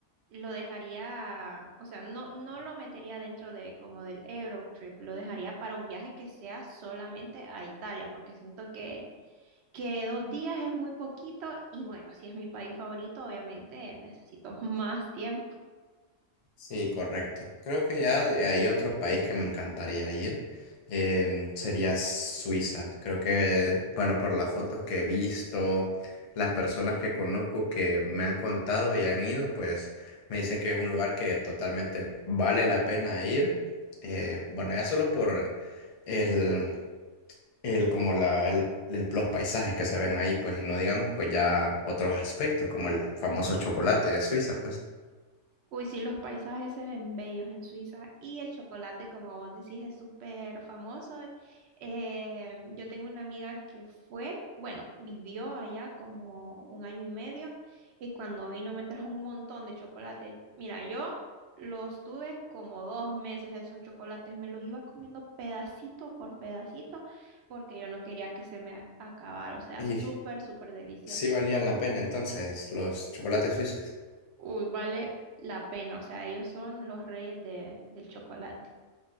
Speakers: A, on the right; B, on the left.
A: lo dejaría, o sea, no, no lo metería dentro de como del Eurotrip, lo dejaría para un viaje que sea solamente a Italia, porque siento que, que dos días es muy poquito y bueno, si es mi país favorito, obviamente necesito <laughs> más tiempo.
B: Sí, correcto. Creo que ya de- hay otro país que me encantaría ir. em, sería Suiza. Creo que, bueno, por las fotos que he visto, las personas que conozco que me han contado y han ido, pues me dicen que es un lugar que totalmente vale la pena ir. Eh, bueno, ya solo por el, el como la, el- el- los paisajes que se ven ahí, pues, y no digamos, pues ya otros aspectos, como el famoso chocolate de Suiza, pues.
A: Uy, sí, los paisajes se ven bellos en Suiza y el chocolate, como vos decís, es súper famoso. Eh, yo tengo una amiga que fue, bueno, vivió allá como un año y medio y cuando vino me trajo un montón de chocolate. Mira, yo los tuve como dos meses esos chocolates, me los iba comiendo pedacito por pedacito porque yo no quería que se me acabara, o sea,
B: Y
A: súper, súper delicioso.
B: sí valían la pena entonces los chocolates suizos.
A: Uy, vale la pena. O sea, ellos son los reyes de, del chocolate.